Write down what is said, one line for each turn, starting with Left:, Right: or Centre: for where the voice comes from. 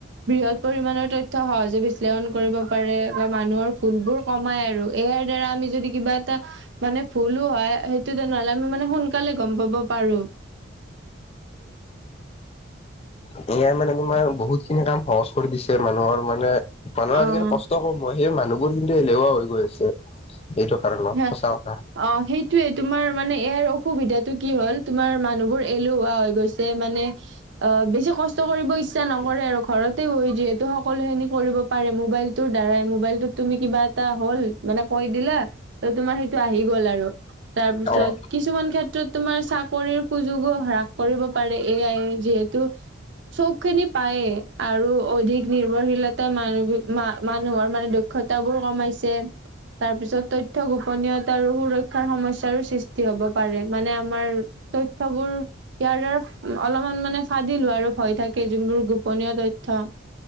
Right: বৃহৎ পৰিমণৰ তথ্য সহজে বিশ্লেষণ কৰিব পাৰে বা মানুহৰ ভুল বোৰ কম কমাই আৰু ইয়াৰ দ্বাৰা আমি যদি কিবা এটা মানে ভুলো হয় সেইটো তেনেহ'লে আমি মানে সোন- সোনকালে গম পাব পাৰোঁ
Left: এ আই মানে তোমাৰ বহুত খিনি কাম সহজ কৰি দিছে মানুহৰ মানে মানুহৰ আজিকালি
Right: অ
Left: কষ্ট কম হয় সেয়ে মানুহ বোৰ কিন্তু এলেহুৱা হৈ গৈ আছে এইটো কাৰণত
Right: হে
Left: সঁচা কথা
Right: অ সেইটোয়ে তোমাৰ মানে ইয়াৰ অসুবিধাতটো কি হ'ল তোমাৰ মানুহবোৰ এলেহুৱা হৈ গৈছে মানে অ বেছি কষ্ট কৰিব ইচ্ছা নকৰে আৰু ঘৰতে বৈ যিহেতু সকলো খিনি কৰিব পাৰে মোবাইল তোৰ দ্বাৰাই মোবাইলটোত তুমি কিবা এটা হ'ল মানে কৈ দিলে তোমাৰ সেইটো আহি গ'ল আৰু তাৰপিছত
Left: অ অ
Right: কিছুমান ক্ষেত্ৰ তোমাৰ চাকৰিৰ সুযোগো হ্ৰাস কৰিব পাৰে এ আই এ যিহেতু চব খিনি পায়েই আৰু অধিক নিৰ্ভৰশীলতাই মানুহ মানুহৰ মানে দক্ষতাবোৰ কমাইছে তাৰপিছত তথ্য গোপনীয়তা আৰু সুৰক্ষাৰ সমস্যাৰ সৃষ্টি হব পাৰে মানে আমাৰ তথ্যবোৰ ইয়াৰ দ্বাৰা অলপমান মানে ফাদিলো হোৱাৰ আৰু ভয় থাকে যোনবোৰ গোপনীয় তথ্য